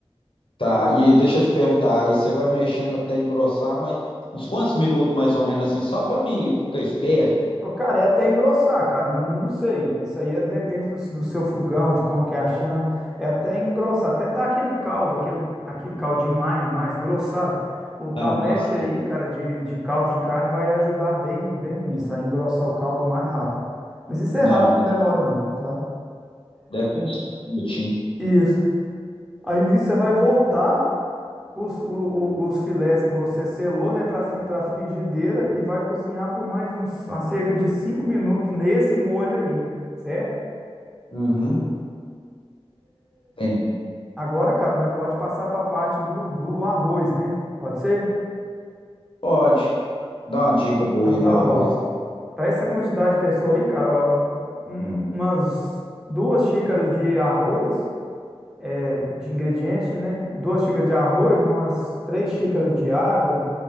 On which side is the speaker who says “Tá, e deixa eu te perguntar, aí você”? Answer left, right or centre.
Left